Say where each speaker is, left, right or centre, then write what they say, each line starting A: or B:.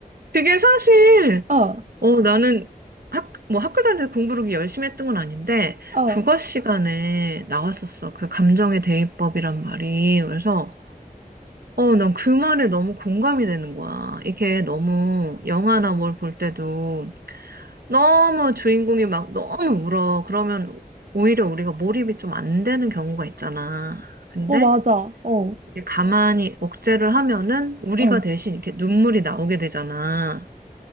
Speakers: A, on the right; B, on the right.
A: 그게 사실,
B: 어,
A: 어, 나는 학, 뭐 학교 다닐 때 공부를 그렇게 열심히 했던 건 아닌데,
B: 어,
A: 국어 시간에 나왔었어. 그 감정의 대입법이란 말이. 그래서, 어, 난 그 말에 너무 공감이 되는 거야. 이게 너무 영화나 뭘 볼 때도 너무 주인공이 막 너무 울어. 그러면 오히려 우리가 몰입이 좀 안 되는 경우가 있잖아. 근데
B: 어, 맞아. 어,
A: 이제 가만히 억제를 하면은 우리가
B: 어.
A: 대신 이렇게 눈물이 나오게 되잖아.